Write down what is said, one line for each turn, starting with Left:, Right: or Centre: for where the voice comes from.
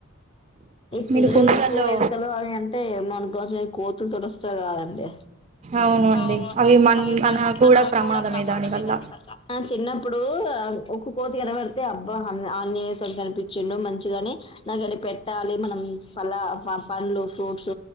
Left: ఈ
Right: మీరు
Left: పిల్లలు
Right: కుండలలో
Left: కోయికలు అవి అంటే ఏమోనుకోంచెం ఈ కోతులు తుడుస్తారు కాదండి
Right: అవును అండి
Left: అంటే అవునండి
Right: మన
Left: అవి మ
Right: మనకు
Left: మన
Right: ప్రమాదమే
Left: కూడా ప్రమాదంే
Right: దానివల్ల
Left: దాని అట్ చిన్నప్పుడు కోతి కరబడితే అబ్బా ఆనే కనిపించిండు మంచిగాని నాకుని పెట్ట పెట్టాలి మనం పలా పండ్లు ఫ్రూట్స్